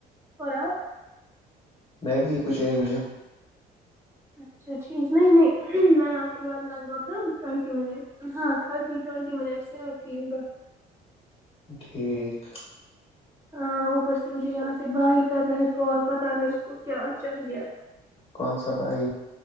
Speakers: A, on the right; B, on the left.
A: فوراک
B: میں بھی ایک کچھ ایک بجے
A: اچھا ٹھیک نہیں نہیں میں آپ کے بعد لگ بھگ نا ٹوئینٹی منٹ ہاں تھرٹی ٹوئینٹی منٹ سے ہوتی ہوگا
B: ٹھیک
A: ہاں اوپر سے مجھے یہاں سے بائی کر رہا ہے کال پتہ نہیں اس کو کیا چاہیے
B: کون سا بھائی